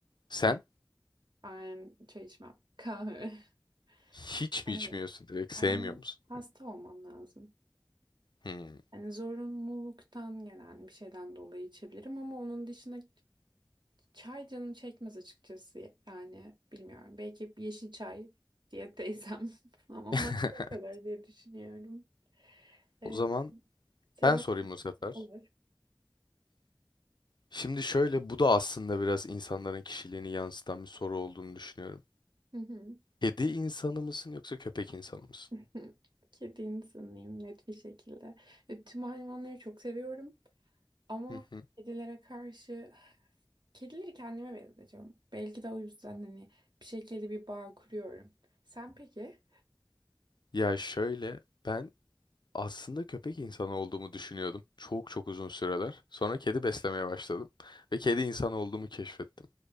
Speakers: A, on the left; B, on the right.
A: Sen
B: Bak, Ben çay içmem. Kahve.
A: hiç
B: <laughs> Kahve.
A: mi içmiyorsun direkt? Sevmiyor
B: Yani
A: musun?
B: hasta olmam lazım.
A: Hmm.
B: Yani zorunluluktan gelen bir şeyden dolayı içebilirim ama onun dışında çay canım çekmez açıkçası. Yani bilmiyorum. Belki bir yeşil çay diye teyzem <laughs> ama
A: <laughs>
B: makine o kadar diye düşünüyorum. Ee,
A: O zaman
B: senin
A: ben sorayım bu sefer.
B: olur.
A: Şimdi şöyle, bu da aslında biraz insanların kişiliğini yansıtan bir soru olduğunu düşünüyorum.
B: Hı hı.
A: Kedi insanı mısın yoksa köpek insanı mısın?
B: <laughs> Kedi insanıyım net bir şekilde. E, Tüm hayvanları çok seviyorum ama
A: Hı hı.
B: kedilere karşı kedileri kendime benzetiyorum. Belki de o yüzden hani bir şekilde bir bağ kuruyorum. Sen peki?
A: Ya şöyle ben aslında köpek insanı olduğumu düşünüyordum. Çok çok uzun süreler. Sonra kedi beslemeye başladım ve kedi insanı olduğumu keşfettim.